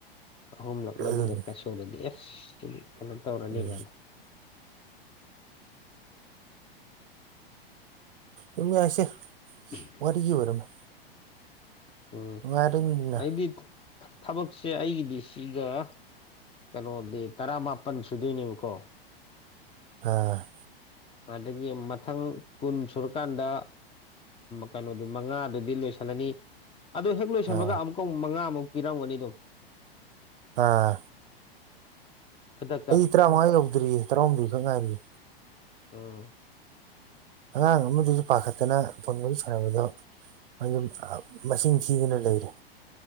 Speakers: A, on the left; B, on the right.
A: ꯑꯍꯨꯝꯂꯛ ꯃꯔꯤꯈꯛꯀ
B: ꯎꯝ
A: ꯁꯨꯔꯗꯤ ꯑꯦꯁ ꯁꯤꯗꯤ <unintelligible> ꯇꯧꯔꯅꯤꯒꯥꯏꯅ
B: ꯎꯝ ꯑꯗꯨꯝ ꯌꯥꯏꯁꯦ
A: <unintelligible>
B: ꯋꯥꯔꯤꯒꯤ ꯑꯣꯏꯔꯃꯦ
A: ꯎꯝ
B: ꯉꯥꯏꯔꯤꯅ
A: ꯑꯩꯗꯤ ꯊꯕꯛꯁꯦ ꯑꯩꯒꯤꯗꯤ ꯁꯤꯒ ꯀꯩꯅꯣꯗꯤ ꯇꯔꯥ ꯃꯥꯄꯟ ꯁꯨꯗꯣꯏꯅꯦꯕꯀꯣ
B: ꯑ
A: ꯑꯗꯒꯤ ꯃꯊꯪ ꯀꯨꯟ ꯁꯨꯔꯀꯥꯟꯗ꯫ ꯀꯩꯅꯣꯗꯨ ꯃꯉꯥꯗꯨꯗꯤ ꯂꯣꯏꯁꯤꯜꯂꯅꯤ ꯑꯗꯨ ꯍꯦꯛ꯫ ꯑꯃꯨꯛ ꯂꯣꯏꯁꯟꯕꯒ
B: ꯑꯥ
A: ꯑꯃꯨꯛꯀ ꯑꯃꯨꯛ ꯃꯉꯥꯃꯨꯛ ꯄꯤꯔꯝꯒꯅꯤ ꯑꯗꯨꯝ꯫
B: ꯑꯥ꯫
A: ꯈꯨꯗꯛꯇ꯫
B: ꯇꯔꯥꯉꯥ ꯌꯧꯗ꯭ꯔꯤꯌꯦ ꯇꯔꯥꯍꯨꯝꯗꯣꯏ ꯈꯛ ꯉꯥꯏꯔꯤꯌꯦ꯫
A: ꯎꯝ꯫
B: ꯑꯉꯥꯡ ꯑꯃꯗꯨꯁꯨ ꯄꯥꯈꯠꯇꯅ ꯐꯣꯟ ꯋꯥꯔꯤ ꯁꯥꯟꯅꯕꯗꯣ꯫ ꯑꯗꯨꯝ ꯃꯁꯤꯡ ꯊꯤꯗꯅ ꯂꯩꯔꯦ꯫